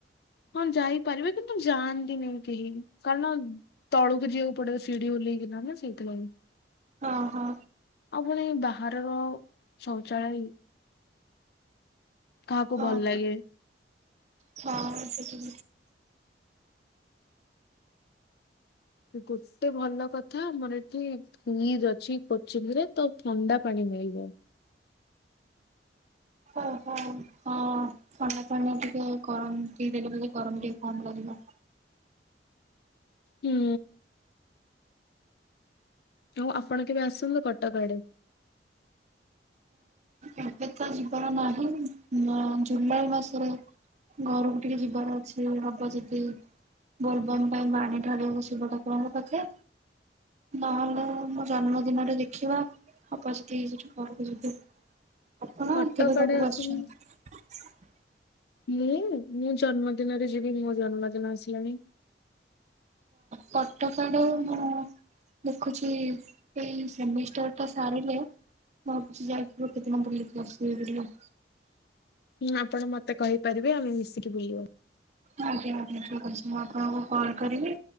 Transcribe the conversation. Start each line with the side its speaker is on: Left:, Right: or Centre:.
Left: ହଁ ଯାଇପାରିବେ କିନ୍ତୁ ଯାଆନ୍ତିନି କେହି କାରଣ -ତଳୁକୁ ଯିବାକୁ ପଡିବ ସିଢି ଓଲେହ କି ନା ସେଇଥିଲାଗି <unintelligible>
Right: ହଁ ହଁ
Left: ଆଉ ପୁଣି ବାହାରର ଶୌଚାଳୟ କାହାକୁ
Right: ହଁ
Left: ଭଲ ଲାଗେ?
Right: ହଁ ସେଠି
Left: ଗୋଟେ ଭଲ କଥା ଆମର ଏଠି ଫ୍ରିଜ୍ ଅଛି, କୋଚିନିରେ ତ ଥଣ୍ଡା ପାଣି ମିଳିବ
Right: ହଉ ହଉ ହଁ ଥଣ୍ଡା ପାଣି ଟିକେ ପି ଦେଲେ ବୋଲି ଗରମ ଟିକେ କମ ଲାଗିବ
Left: ହୁଁ ଆଉ ଆପଣ କେବେ ଆସନ୍ତୁ କଟକ ଆଡେ।
Right: ଏବେ ତ ନାହିଁ, ଜୁଲାଇ ମାସରେ ଘରକୁ ଟିକେ ଯିବାର ଅଛି, ହବ ଯଦି ବୋଲବମ ପାଇଁ ପାଣି ଢ଼ାଳିବାକୁ, ଶିବ ଠାକୁରଙ୍କ ପାଖେ ନହେଲେ ମୋ ଜନ୍ମଦିନରେ ଦେଖିବା ହବ ଯଦି ସେଇଠୁ ଘରକୁ ଯିବି। ଆପଣ
Left: କଟକ
Right: କେବେ ପାଖକୁ
Left: ଆଡେ ଆସିକି
Right: <unintelligible> ଆସିଛନ୍ତି?
Left: ମୁଁ, ମୁଁ ଜନ୍ମଦିନରେ ଯିବି ମୋ ଜନ୍ମଦିନ ଆସିଲାଣି
Right: କଟକ ଆଡେ ମୁଁ ଦେଖୁଛି ଏଇ ସେମିଷ୍ଟାର ଟା ସାରିଲେ ଭାବୁଛି ଯାଇକି ଗୋଟେ ଦିନ ବୁଲିକି ଆସିବି ବୋଲି
Left: ହୁଁ ଆପଣ ମତେ କହିପାରିବେ, ଆମେ ମିଶିକି ବୁଲିବା।
Right: ଆଜ୍ଞା, ଆଜ୍ଞା, ଠିକ ଅଛି ମୁଁ ଆପଣଙ୍କୁ କଲ୍ କରିବି।